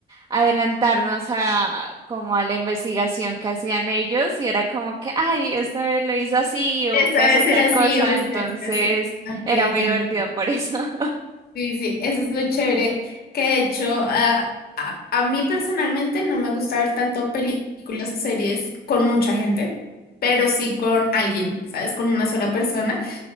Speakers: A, on the right (about 25°); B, on the left (about 60°).
A: adelantarnos a como a la investigación que hacían ellos y era como que, ay, esto lo hizo así o
B: Eso
A: pasó
B: debe ser
A: tal
B: así,
A: cosa,
B: o eso
A: entonces
B: debe ser así. Ok,
A: era
B: te
A: muy divertido
B: entiendo.
A: por eso. <laughs>
B: Sí, sí, eso es lo chévere. Que de hecho, a, a, a mí personalmente no me gusta ver tanto películas o series con mucha gente, pero sí con alguien, ¿sabes? Con una sola persona,